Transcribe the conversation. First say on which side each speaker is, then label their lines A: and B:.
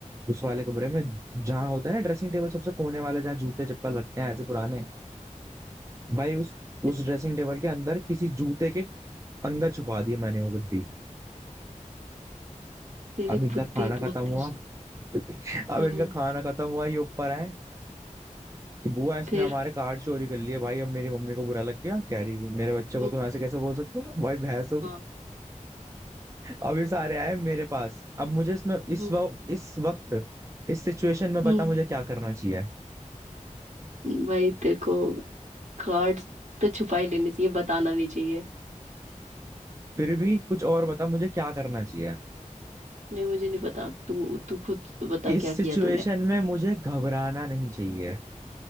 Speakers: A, on the right; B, on the right.
A: उस वाले कमरे में जहाँ होता है ना ड्रेसिंग टेबल सबसे कोने वाला जहाँ जूते चप्पल लगते हैं ऐसे पुराने
B: समझ गई
A: भाई उस
B: ते-
A: उस ड्रेसिंग टेबल के अंदर किसी जूते के अंदर छुपा दिया मैंने वो गद्दी
B: तेरी
A: अब इनका
B: बुद्धि
A: खाना खत्म
B: बहुत
A: हुआ
B: तेज
A: <laughs>
B: है
A: अब
B: हम्म
A: इनका खाना खत्म हुआ ये ऊपर आए कि बुआ इसने
B: फिर
A: हमारे कार्ड चोरी कर लिए भाई अब मेरी मम्मी को बुरा लग गया कह रही मेरे बच्चे को
B: हम्म
A: तुम ऐसे कैसे बोल सकते हो भाई भैंस
B: हाँ
A: अब ये सारे आए मेरे पास अब मुझे इसमें इस
B: हम्म
A: वक्त इस वक्त इस सिचुएशन में बता
B: हम्म
A: मुझे क्या करना चाहिए
B: भाई तेरे को कार्ड्स तो छुपा ही लेने चाहिए बताना नहीं चाहिए
A: फिर भी कुछ और बता मुझे क्या करना चाहिए
B: नहीं मुझे नहीं पता तू तू खुद तो बता
A: इस
B: क्या किया
A: सिचुएशन
B: तूने
A: में मुझे घबराना नहीं चाहिए